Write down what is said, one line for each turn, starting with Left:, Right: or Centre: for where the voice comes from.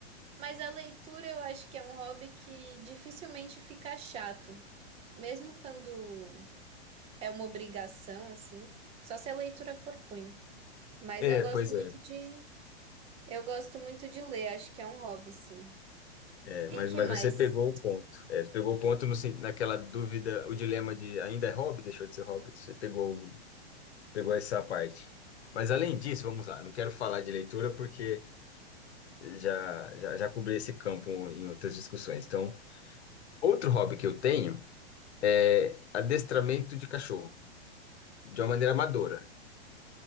Right: mas a leitura eu acho que é um hobby que dificilmente fica chato, mesmo quando é uma obrigação, assim, só se a leitura for ruim. Mas
Left: É,
Right: eu gosto
Left: pois
Right: muito
Left: é.
Right: de, eu gosto muito de ler, acho que é um hobby, sim.
Left: É, mas,
Right: E que
Left: mas
Right: mais?
Left: você pegou o ponto. É, você pegou o ponto no, sen- naquela dúvida, o dilema de ainda é hobby, deixou de ser hobby. Você pegou, pegou essa parte. Mas além disso, vamos lá, não quero falar de leitura porque já, já, já cobri esse campo em outras discussões. Então, outro hobby que eu tenho. É adestramento de cachorro, de uma maneira amadora.